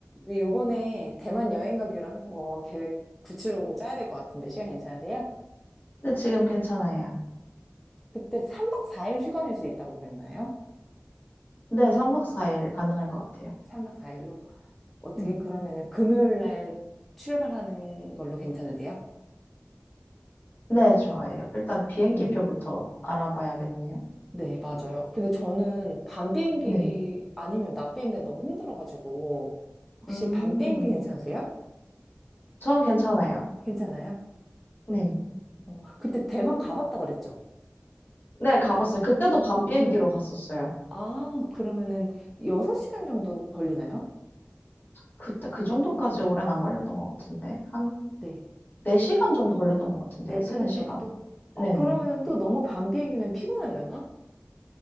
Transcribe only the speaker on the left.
네, 지금 괜찮아요.
네, 3박 4일 가능할 것 같아요.
네.
네, 좋아요. 일단 비행기표부터
알아봐야겠네요.
네.
음,
저는 괜찮아요.
네.
네, 가봤어요. 그때도 밤 비행기로
갔었어요.
그때 그 정도까지
오랜 안 걸렸던 것 같은데. 한
4시간 정도 걸렸던 것 같은데요.
3, 4시간?
네네.